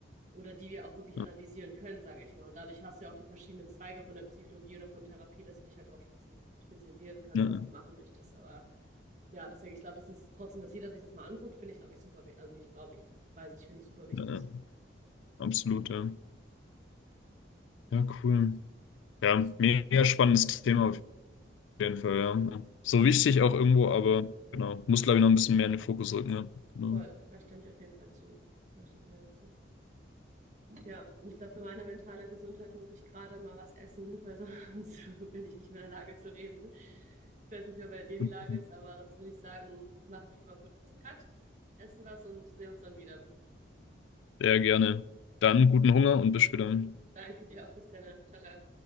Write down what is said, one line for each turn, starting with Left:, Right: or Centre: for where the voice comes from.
Right: oder die wir auch wirklich
Left: ja,
Right: analysieren können, sage ich mal. Und dadurch hast du ja auch die verschiedenen Zweige von der Psychologie oder von Therapie, dass du dich halt darauf spezi spezialisieren kannst,
Left: ja,
Right: was du machen möchtest. Aber ja, deswegen, ich glaube, das ist trotzdem, dass jeder sich das mal anguckt, finde ich, glaube ich, super wichtig. Also nicht, glaube ich, weiß ich, finde ich super wichtig.
Left: ja, ja. absolut, ja. Ja, cool. Ja, mega spannendes Thema auf jeden Fall, ja. So
Right: Absolut.
Left: wichtig auch irgendwo, aber genau, muss glaube ich noch ein bisschen mehr in den Fokus rücken, ja. Genau.
Right: Voll, da stimme ich auf jeden Fall zu. Da stimme ich mir dazu. Ja, und ich glaube, für meine mentale Gesundheit muss ich gerade mal was essen, weil sonst <laughs> bin ich nicht mehr in der Lage zu reden. Ich weiß nicht mehr, bei dir die
Left: <laughs>
Right: Lage ist, aber sonst würde ich sagen, machen wir hier mal kurz einen Cut, essen was und sehen uns dann wieder.
Left: Sehr gerne. Dann guten Hunger und bis später.
Right: Danke dir auch. Bis dann. Ciao, ciao.